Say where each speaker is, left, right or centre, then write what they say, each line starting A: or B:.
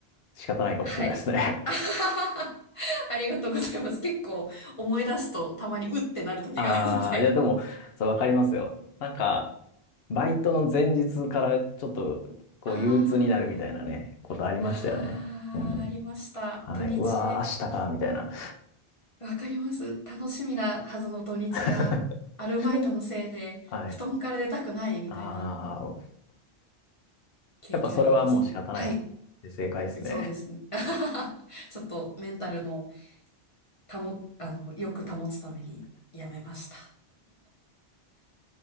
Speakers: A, on the left; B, on the left.
A: 仕方ないかもしれないですね。
B: はい。<laughs> ありがとうございます。結構思い出すとたまにうってなる時があるので。
A: <laughs> ああ、いや、でも、そう、わかりますよ。なんか、バイトの前日からちょっと、こう、
B: あ
A: 憂鬱になるみたいなね、ことありましたよね。
B: あ、
A: うん。
B: ああ、ありました。
A: はい。
B: 土日。
A: うわー、明日か、みたいな。
B: わかります。楽しみなはずの土日が、
A: <laughs>
B: アルバイトのせいで、
A: うんはい。
B: 布団から出たくないみたいな
A: ああ、
B: 経験あります。
A: やっぱそれはもう仕方ないです。
B: はい。
A: で正解ですね。
B: そうですね。<laughs> ちょっとメンタルの保、あの、よく保つためにやめました。